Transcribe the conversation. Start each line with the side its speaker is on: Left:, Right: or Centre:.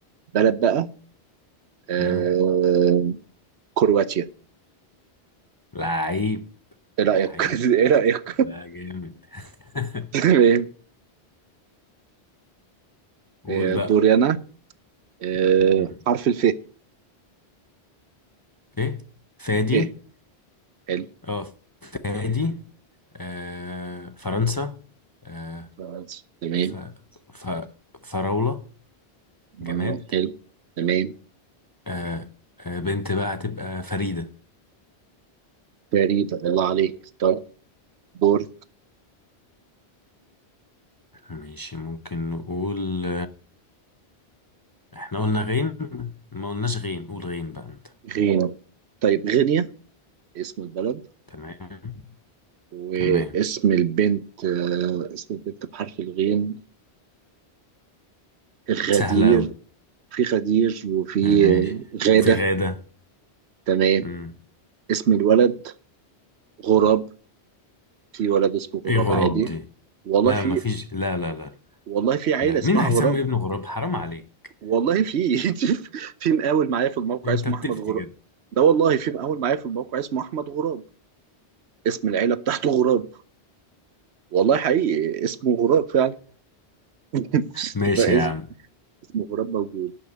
Right: بلد بقى آه،
Left: مم.
Right: كرواتيا
Left: لعيب
Right: ايه
Left: لعيب
Right: رأيك <laughs> ايه رأيك <laughs>
Left: لا جامد <laughs>
Right: تمام
Left: قول
Right: آه،
Left: بقى
Right: دوري انا آه،
Left: مم.
Right: حرف الف
Left: ايه فادي
Right: ف حلو
Left: اه فادي آه فرنسا آه
Right: فرنسا تمام
Left: ف... ف... فراولة جماد
Right: آه، حلو تمام
Left: آه آه بنت بقى هتبقى فريدة
Right: فريد الله عليك طيب بورت
Left: ماشي ممكن نقول احنا قلنا غين ما قلناش غين قول غين بقى انت
Right: غينا طيب غينيا اسم البلد
Left: تمام
Right: واسم
Left: تمام
Right: البنت آه، اسم البنت بحرف الغين غدير
Left: سهلة أوي
Right: في غدير وفي
Left: ماشي
Right: آه، غادة
Left: وفي غادة
Right: تمام
Left: مم.
Right: اسم الولد غراب في ولد اسمه غراب
Left: ايه غراب
Right: عادي
Left: دي
Right: والله
Left: لا
Right: في
Left: مفيش لا لا لا
Right: والله في عيلة
Left: لا مين
Right: اسمها
Left: اللي
Right: غراب
Left: هيسمي ابنه غراب حرام عليك
Right: والله في <laughs> في مقاول معايا في الموقع
Left: انت
Right: اسمه
Left: بتفتي
Right: احمد غراب
Left: كده
Right: ده والله في مقاول معايا في الموقع اسمه احمد غراب اسم العيله بتاعته غراب والله حقيقي اسمه غراب فعلا <laughs>
Left: ماشي
Right: فاسم
Left: يا عم
Right: اسمه غراب موجود